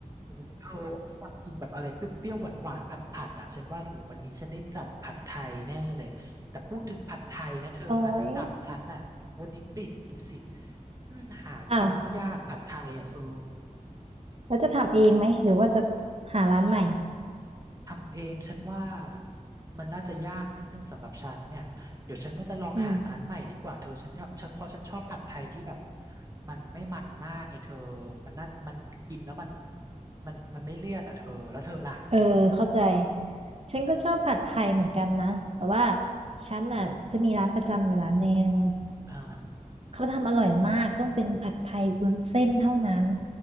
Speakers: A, on the right; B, on the right.
A: โอ้ยเธอวันนี้อยากกินแบบอะไรเปรี้ยวๆหวานๆผัดๆอ่ะฉันว่าอยู่วันนี้ฉันได้จัดผัดไทยแน่เลยแต่พูดถึงผัดไทยนะเธอร้านประจำฉันน่ะวันนี้ปิดดูสิ
B: โอ้ย
A: อืมหากินก็้วยากผัดไทยอ่ะเธอ
B: อ้าวแล้วจะทำเองไหม
A: อืม
B: หรือว่าจะหาร้านใหม่
A: ทำเองฉันว่ามันน่าจะยากนิดนึงสำหรับฉันเนี่ยเดี๋ยวฉันว่าจะลองหาร้านใหม่ดีกว่าเธอฉันชอบฉันเพราะฉันชอบผัดไทยที่แบบ
B: อืม
A: มันไม่มันมากไงเธอมันน่ามันกินแล้วมันมันมันไม่เลี่ยนอ่ะเธอแล้วเธอล่ะ
B: เออเข้าใจ ฉันก็ชอบผัดไทยเหมือนกันนะ แต่ว่าฉันน่ะจะมีร้านประจำอยู่ร้านหนึ่ง
A: อ๋อ
B: เขาทำอร่อยมากต้องเป็นผัดไทยวุ้นเส้นเท่านั้น